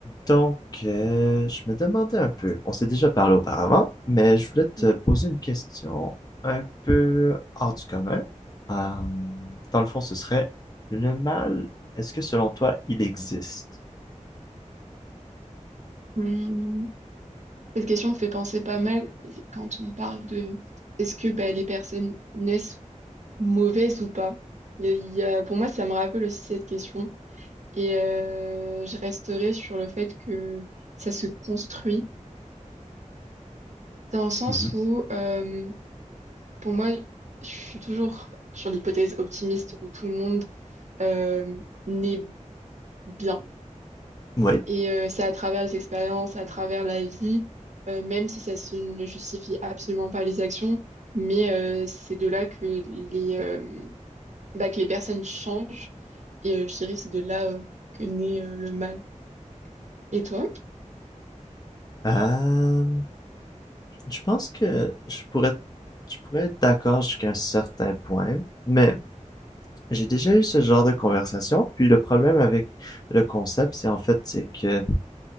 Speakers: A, on the left (about 30°); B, on the right (about 65°).
A: Donc, euh, je me demandais un peu, on s'est déjà parlé auparavant, mais je voulais te
B: Oui.
A: poser une question un peu hors du commun. Euh, dans le fond, ce serait, le mal, est-ce que selon toi, il existe?
B: Hmm. Cette question me fait penser pas mal quand on parle de est-ce que bah, les personnes naissent mauvaises ou pas? Il y a- pour moi, ça me rappelle aussi cette question. Et euh, je resterai sur le fait que ça se construit dans le sens
A: Mhm.
B: où euh, Pour moi, je suis toujours sur l'hypothèse optimiste où tout le monde euh, naît bien.
A: Oui.
B: Et euh, c'est à travers les expériences, à travers la vie, euh, même si ça se- ne justifie absolument pas les actions, mais euh, c'est de là que les, euh, bah, que les personnes changent. Et euh, je dirais c'est de là euh, que naît euh, le mal. Et toi?
A: Euh, je pense que je pourrais, je pourrais être d'accord jusqu'à un certain point, mais j'ai déjà eu ce genre de conversation, puis le problème avec le concept, c'est en fait, c'est que